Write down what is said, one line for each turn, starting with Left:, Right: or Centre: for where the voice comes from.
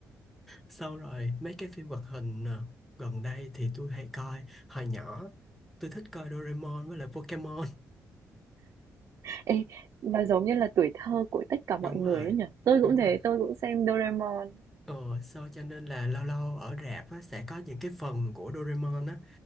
Centre: Xong rồi mấy cái phim hoạt hình à, gần đây thì tôi hay coi hồi nhỏ tôi thích coi Doraemon với lại Pokemon
Right: Ê, nó giống như là tuổi thơ của tất
Centre: <laughs>
Right: cả mọi
Centre: đúng
Right: người
Centre: rồi
Right: ấy nhỉ? Tôi
Centre: đúng
Right: cũng thế,
Centre: rồi
Right: tôi cũng xem Doraemon.
Centre: ờ sau cho nên là lâu lâu ở rạp á, sẽ có những cái phần của Doraemon á